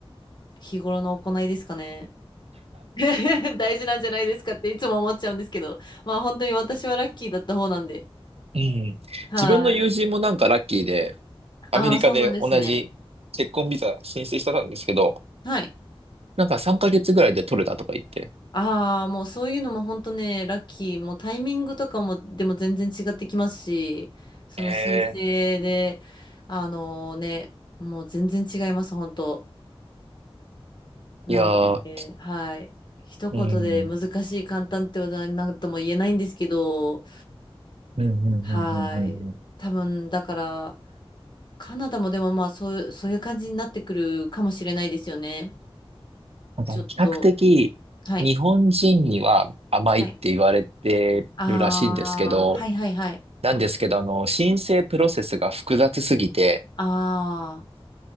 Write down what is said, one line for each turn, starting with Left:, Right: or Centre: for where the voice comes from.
Left: 日頃の行いですかね。<laughs> 大事なんじゃないですかっていつも思っちゃうんですけど、まあ本当に私はラッキーだった方なんで。
Right: うん自分の友人もなんかラッキーで、
Left: はい。ああ、
Right: アメリカで同じ結婚ビザ申請してたんですけど、
Left: そんなですね。はい。
Right: なんか3ヶ月ぐらいで取れたとか言って。
Left: ああ、もうそういうのも本当ね、ラッキー、もうタイミングとかもでも全然違ってきますし、その申請で、
Right: ええ
Left: あのね、もう全然違います、本当。なんでね、
Right: いやー、
Left: はい。一言で難しい、
Right: うん。
Left: 簡単ってことは何とも言えないんですけど、
Right: うんうんうんうんうんうん。
Left: はい。多分、だから、カナダもでもまあそう、そういう感じになってくるかもしれないですよね。
Right: あの比較的日本人には甘いって言われてるらしいんですけど、
Left: ちょっと、はい。はい。ああ、はいはいはい。
Right: なんですけど、あの、申請プロセスが複雑すぎて、
Left: ああ。